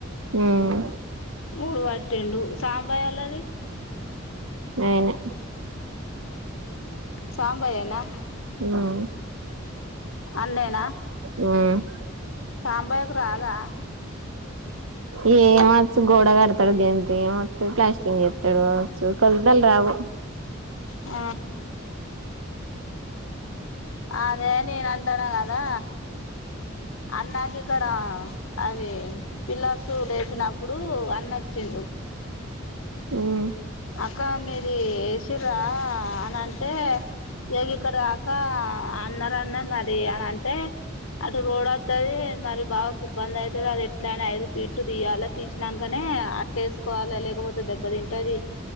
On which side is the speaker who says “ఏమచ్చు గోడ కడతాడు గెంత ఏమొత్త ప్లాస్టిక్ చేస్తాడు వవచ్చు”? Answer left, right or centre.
Right